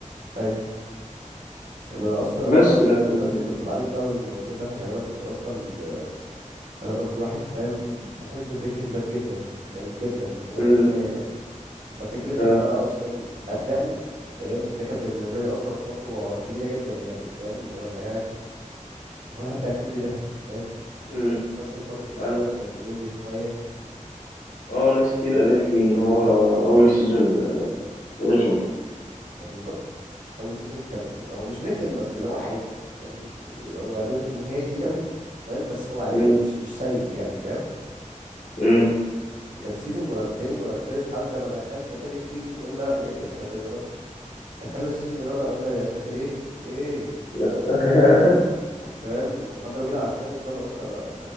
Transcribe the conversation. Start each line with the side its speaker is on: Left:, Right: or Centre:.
Right: ايوه يعني انا اصلا يعني
Left: بس
Right: انا اصلا
Left: لكن
Right: ذات نفسي كنت بعاني بسبب الموضوع ده يعني انا كنت اصلا آه، انا برضو واحد فاهم بحب بريكنج باد جدا فاهم جدا فوق ما
Left: امم
Right: تتخيل يعني ففكره
Left: اه
Right: ان انا اصلا ابداه فاهم ده كان بالنسبه لي اصلا خطوه كبيره جدا يعني فاهم اللي هو انا قاعد وانا هبدا كل ده فاهم
Left: امم
Right: المسلسل برضو في الاول
Left: انا
Right: كان
Left: س-
Right: ممل شويه
Left: اه ناس كتير قالت لي ان هو اول سيزون رخم
Right: ما بالظبط اول سيزون كان هو مش رخم بس اللي هو عادي فاهم يعني اللي هو رتمه هادي قوي فاهم بس هو عادي
Left: مم.
Right: مش مش سيء يعني فاهم
Left: مم.
Right: فكان سيزون ورا التاني ورا التالت لحد ما دخلنا تالت سيزون قلنا يا يا ساتر يا رب دخلنا السيزون الرابع قلنا يا ساترين ايه فاهم
Left: <laughs>
Right: فاهم لحد ما جينا على الخامس بقى انا قلت انا